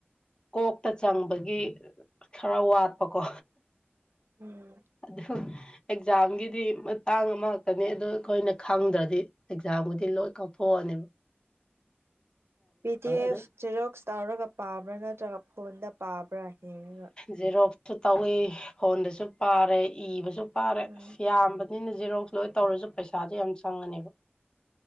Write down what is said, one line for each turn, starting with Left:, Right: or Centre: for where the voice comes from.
Left: ꯀꯣꯛꯇ ꯆꯪꯕꯒꯤ ꯈꯔ ꯋꯥꯠꯄꯀꯣ
Right: ꯎꯝ
Left: ꯑꯗꯣ ꯑꯦꯛꯖꯥꯝꯒꯤꯗꯤ ꯃꯇꯥꯡ ꯑꯃꯈꯛꯇꯅꯤ ꯑꯗꯨ ꯑꯩꯈꯣꯏꯅ ꯈꯪꯗ꯭ꯔꯗꯤ ꯑꯦꯛꯖꯥꯝꯒꯗꯤ ꯂꯣꯏ ꯀꯥꯎꯞꯊꯣꯛꯑꯅꯦꯕ
Right: ꯄꯤ ꯇꯤ ꯑꯦꯐ
Left: ꯑꯗꯨ
Right: ꯖꯦꯔꯣꯛꯁ ꯇꯧꯔꯒ ꯄꯥꯕ꯭ꯔꯥ ꯅꯠꯇ꯭ꯔꯒ ꯐꯣꯟꯗ ꯄꯥꯕ꯭ꯔꯥ ꯍꯡꯉꯒ
Left: ꯖꯦꯔꯣꯁꯨ ꯇꯧꯏꯤ ꯐꯣꯟꯗꯁꯨ ꯄꯥꯔꯦ ꯏꯕꯁꯨ ꯄꯥꯔꯦ
Right: ꯎꯝ
Left: ꯑ ꯌꯥꯝꯕ ꯑꯅ ꯖꯤꯦꯔꯣꯛꯁ ꯂꯣꯏ ꯇꯧꯔꯁꯨ ꯄꯩꯁꯥꯗꯤ ꯌꯥꯝ ꯆꯪꯉꯅꯦꯕ